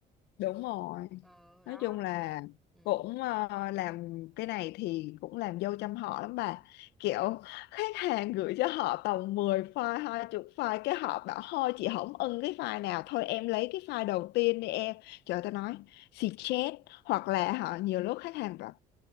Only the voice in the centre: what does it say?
ờ đó
chứ ừ
Ờ,